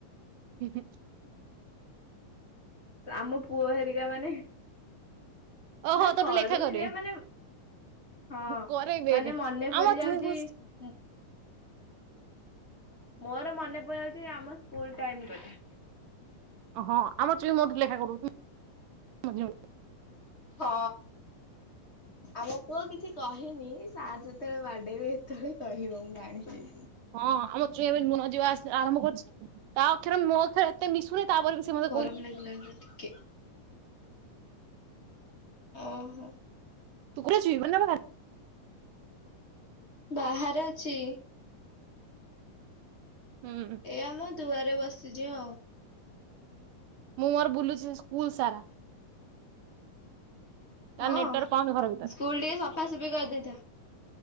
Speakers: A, on the right; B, on the left.
A: ହୁଁ, ହୁଁ।
B: ଆମ ପୁଅ ହେରିକା ମାନେ
A: ଓହୋ
B: ନା
A: ତୋର
B: କରୁନି
A: ଲେଖା କରେ
B: ଯେ ମାନେ ହଁ
A: କରେଇବେ
B: ମାନେ ମନେ
A: ଆମ
B: ପଡି ଯାଉଚି
A: ଚୁଇଁକୁ
B: ଉଁ ମୋର ମନେ ପଡିଯାଉଚି ଆମ ସ୍କୁୁଲ୍ ଟାଇମ୍ କଥା।
A: ଓ ହଁ ଆମ ଚୁଇଁ ମୋଠୁ ଲେଖା କରଉଚି ମଝିରେ ମଝିରେ।
B: ହଁ ଆମ ପୁଅ କିଛି କହିନି ସାର୍ ଯେତେବେଳେ ବାଡେଇବେ ତଳେ କହିବ ମୁଁ ଜାଣିଚି।
A: ହଁ ଆମ ଚୁଇଁ ଏବେ ନୂଆଁ ଯିବା ଆସ ଆରମ୍ଭ କରିଛି। ତା ଅକ୍ଷରେ ମୋ ଅକ୍ଷର ଏତେ ମିଶୁନି। ତାପରେ ବି ସେ ମତେ
B: ମୋ ଗରମ
A: କହୁଛି
B: ଲାଗିଲାଣି ସେଠି କେ ଓହୋ।
A: ତୁ କରୁଛି <unintelligible>
B: ବାହାରେ ଅଛି।
A: ହୁଁ
B: ଏ ଆମ ଦୁଆରେ ବସିଛି ଆଉ।
A: ମୁଁ ମୋର ବୁଲୁଚି ସ୍କୁଲ୍ ସାରା। ତା
B: ହଁ
A: ନେଟୱାର୍କ ପାଉନି ଘର ଭିତରେ
B: ସ୍କୁଲ ଟିକେ ସଫାସଫି କରିଦେଇଥା